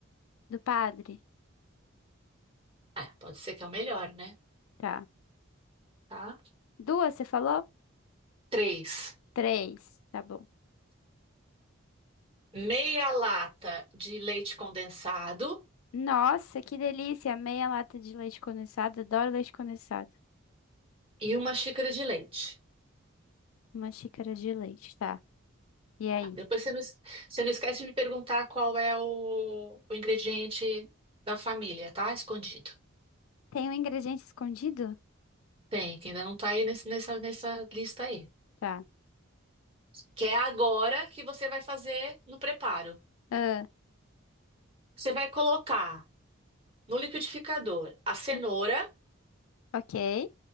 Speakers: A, on the left; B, on the right.
A: do padre?
B: ah, pode ser que é o melhor, né?
A: Tá.
B: Tá?
A: Duas, você falou?
B: Três,
A: Três. Tá bom.
B: meia lata de leite condensado
A: Nossa, que delícia! Meia lata de leite condensado. Adoro leite condensado.
B: e uma xícara de leite.
A: Uma xícara de leite, tá. E aí?
B: Depois você não, es- você não esquece de me perguntar qual é o, o ingrediente da família, tá? Escondido.
A: Tem um ingrediente escondido?
B: Tem, que ainda não tá aí nesse- nessa, nessa lista aí.
A: Tá.
B: Que é agora que você vai fazer no preparo.
A: Ah,
B: Você vai colocar no liquidificador a cenoura,
A: hum, ok.